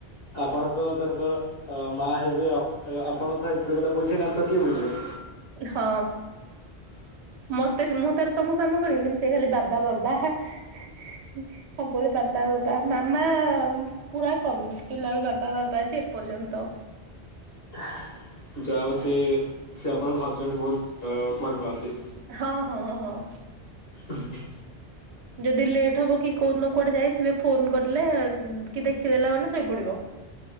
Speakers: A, on the left; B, on the right.
A: ଆପଣଙ୍କ ତାଙ୍କ ଆ ମାଆ ହେବେ ଆ-ଆପଣ ଖାଇଥିବେ ସେଟା ବୁଝିବେନି ଆଉ ତ କିଏ ବୁଝିବ?
B: ହଁ ମସ୍ ବାସ୍ ମୁଁ ତାର ସବୁ କାମ କରିବି କିନ୍ତୁ ସେ ଖାଲି ବାବା ବାବା ଏଁ ସବୁବେଳେ ବାବା ବାବା ମାମା ପୁରା କମ ପିଲାବେଳୁ ବାବା ବାବା ଅଛି ଏପର୍ଯ୍ୟନ୍ତ।
A: ହ ଯାହା ହଉ ସିଏ ସିଏ ଆପଣଙ୍କ ହଜବେଣ୍ଡକୁ ବହୁତ ଅ ଭଲ ପାଆନ୍ତି।
B: ହଁ ହଁ ହଁ।
A: ଉଁ ହ।
B: ଯଦି ଲେଟ୍ ହବ କି କୋଉ ଦିନ କୁଆଡେ ଯାଇଥିବେ ଫୋନ କରିଦେଲେ ଉଁ କି ଦେଖିଦେଲା ମାନେ ଶୋଇପଡିବ।